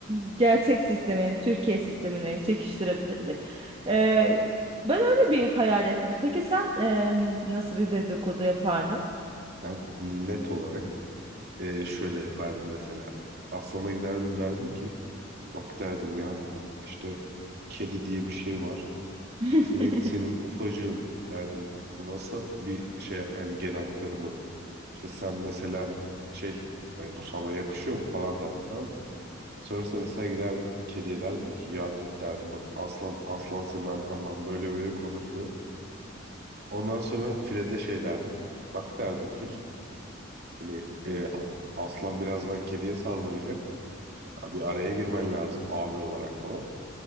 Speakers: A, on the right (about 30°); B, on the right (about 55°).
A: gerçek sistemi, Türkiye sistemine çekiştirebilirdik. Eee, ben öyle bir hayal ettim. Peki sen em, nasıl bir dedikodu yapardın?
B: Ben net olarak e, şöyle yapardım mesela. Aslan'a giderdim derdim ki bak derdim ya bak işte kedi diye bir şey var.
A: <laughs>
B: Senin senin ufacığın derdim. Bu nasıl bir şey hani gen aktarımı. İşte sen mesela şey hani bu sana yakışıyor mu falan derdim tamam mı? Sonrasında mesela giderdim kediye derdim ki ya de- derdim bak aslan aslan senin arkandan böyle böyle konuşuyor. Ondan sonra file de şey derdim. Bak derdim fil hani e, a- aslan birazdan kediye saldıracak. Abi araya girmen lazım abi olarak falan.